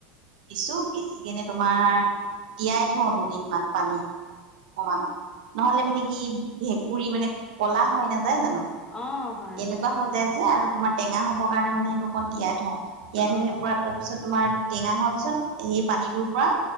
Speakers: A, on the right; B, on the left.
A: দিছো পিচি কেনে তোমাৰ তিয়াই থওঁ দুদিনমান পানীত অকমান। নহলে মানে কি ভেকুুৰী মানে কলা হৈ নাযায় জানো?
B: অঁ হয়
A: এনেকুৱা
B: হয়
A: হৈ যায় যে আৰু তোমাৰ টেঙা হ'ব। কাৰণে মানে সেইটো অকণ তিয়াই থ তিয়াই থৈ
B: অঁ
A: কিনি পুৰা তাৰ পিছত তোমাৰ টেঙা হোৱাৰ পিছত সেই পানীটোৰ পৰা